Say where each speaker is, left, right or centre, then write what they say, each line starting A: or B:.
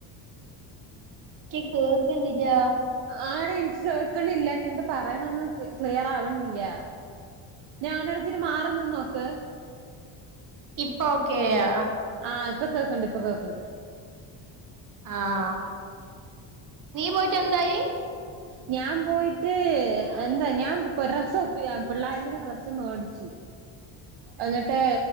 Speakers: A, on the right; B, on the right.
A: ക്ക് കേൾക്കുന്നില്ല
B: ആഹ് ടി എനിക്ക് കേൾക്കണില്ല നീ എന്ത് പറയണ്ന്ന് ക്ലി ക്ലിയർ ആവണില്ല <unintelligible> മാറി നിന്ന് നോക്ക്
A: ഇപ്പൊ ഓക്കെ ആയോ
B: ആഹ് ഇപ്പം കേൾക്കണ്ട് ഇപ്പൊ കേൾക്ക്ണ്ട്
A: ആഹ് നീ പോയിട്ട് എന്തായി
B: ഉ <inaudible> ഞാൻ പോയിട്ട് എന്താ ഞാൻ ഡ്രസ്സ് ഒപ്പി പിള്ളേന്റെന്ന് ഡ്രസ്സ് മേടിച്ചു എന്നിട്ട്